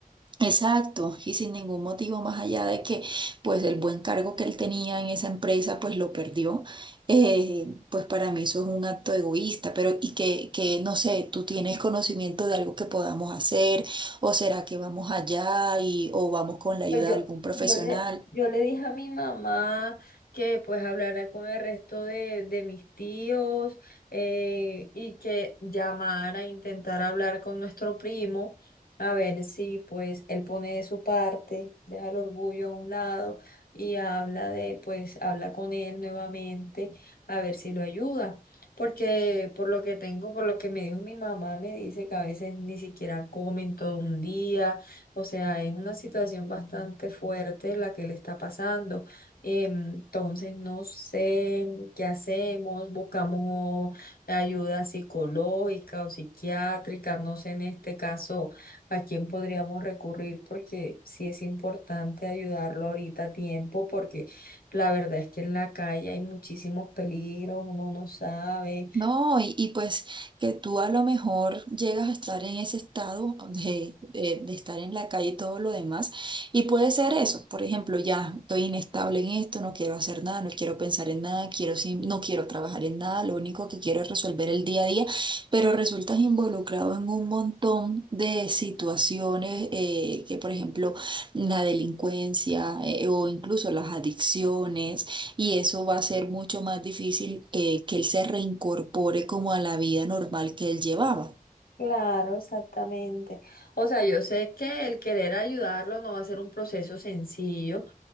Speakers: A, on the right; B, on the left.
A: Exacto, y sin ningún motivo más allá de que pues el buen cargo que él tenía en esa empresa pues lo perdió, eh, pues para mí eso es un acto egoísta, pero y que, que no sé, tú tienes conocimiento de algo que podamos hacer o será que vamos allá y o vamos con la ayuda
B: Pues yo,
A: de algún profesional,
B: yo le, yo le dije a mi mamá que pues hablara con el resto de, de mis tíos eh, y que llamara, intentara hablar con nuestro primo, a ver si pues él pone de su parte, deja el orgullo a un lado y habla de, pues habla con él nuevamente, a ver si lo ayuda. Porque por lo que tengo, por lo que me dijo mi mamá, me dice que a veces ni siquiera comen todo un día o sea, es una situación bastante fuerte la que le está pasando. Em, Entonces, no sé qué hacemos, buscamos ayuda psicológica o psiquiátrica, no sé en este caso a quién podríamos recurrir porque sí es importante ayudarlo ahorita a tiempo porque la verdad es que en la calle hay muchísimos peligros, uno no sabe.
A: No, y, y pues que tú a lo mejor llegas a estar en ese estado <laughs> de, de- de estar en la calle y todo lo demás, y puede ser eso, por ejemplo, ya estoy inestable en esto, no quiero hacer nada, no quiero pensar en nada, quiero sim- no quiero trabajar en nada, lo único que quiero es resolver el día a día, pero resultas involucrado en un montón de situaciones eh, que, por ejemplo, la delincuencia eh, o incluso las adicciones y eso va a ser mucho más difícil eh, que él se reincorpore como a la vida normal que él llevaba.
B: Claro, exactamente. O sea, yo sé que el querer ayudarlo no va a ser un proceso sencillo,